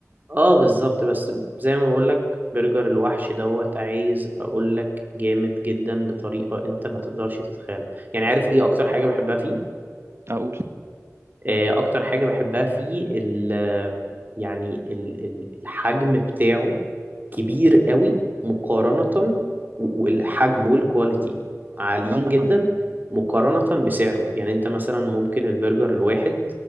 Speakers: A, on the right; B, on the right.
A: اه بالظبط بس زي ما بقولك برجر الوحش دوت عايز اقولك جامد جدا بطريقة انت ما تقدرش تتخيلها يعني عارف ايه اكتر حاجة بحبها فيه
B: أقول
A: آه، اكتر حاجة بحبها فيه ال يعني ال ال- الحجم بتاعه كبير قوي مقارنة و- والحجم والكواليتي عاليين
B: اه لا
A: جدا
B: آه.
A: مقارنة بسعره يعني انت مثلا ممكن البرجر الواحد